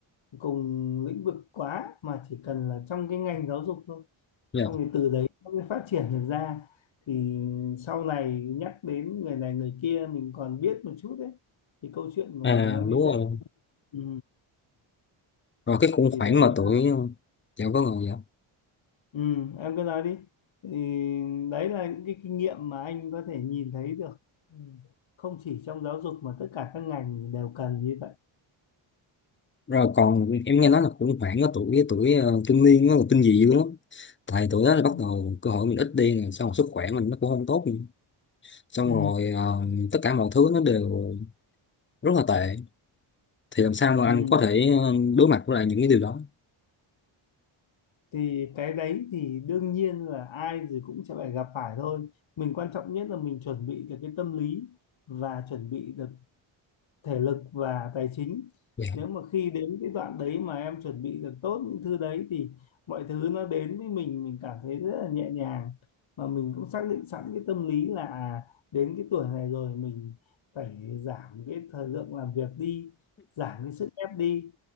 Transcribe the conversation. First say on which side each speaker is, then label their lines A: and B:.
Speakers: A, on the left; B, on the left.
A: cùng lĩnh vực quá mà chỉ cần là trong cái ngành giáo dục thôi
B: dạ.
A: xong thì từ đấy nó mới phát triển được ra thì sau này nhắc đến người này người kia mình còn biết một chút đấy thì câu chuyện của
B: à
A: mình nó mới
B: đúng
A: dễ
B: rồi
A: ừ.
B: rồi cái khủng
A: thì
B: hoảng
A: đấy
B: mà
A: là
B: tuổi dạ có người dạ
A: Ừ, em cứ nói đi. Thì đấy là những cái kinh nghiệm mà anh có thể nhìn thấy được. Ừ. Không chỉ trong giáo dục mà tất cả các ngành đều cần như vậy.
B: rồi còn em nghe nói là khủng hoảng ở tuổi tuổi ờ, kinh niên nó là kinh dị dữ lắm tại tuổi đó là bắt
A: Ừ.
B: đầu cơ hội mình ít đi nè xong rồi sức khỏe mình nó cũng không tốt nữa. xong
A: Ừ,
B: rồi ờ, tất cả mọi thứ nó đều rất là tệ thì làm sao mà
A: ừ.
B: anh có thể ờ, đối mặt với lại những cái điều đó
A: Thì cái đấy thì đương nhiên là ai rồi cũng sẽ phải gặp phải thôi. Mình quan trọng nhất là mình chuẩn bị được cái tâm lý và chuẩn bị được thể lực và tài chính
B: Dạ.
A: nếu mà khi đến cái đoạn đấy mà em chuẩn bị được tốt những thứ đấy thì mọi thứ nó đến với mình mình cảm thấy rất là nhẹ nhàng mà mình cũng xác định sẵn cái tâm lý là à, đến cái tuổi này rồi mình phải giảm cái thời lượng làm việc đi giảm cái sức ép đi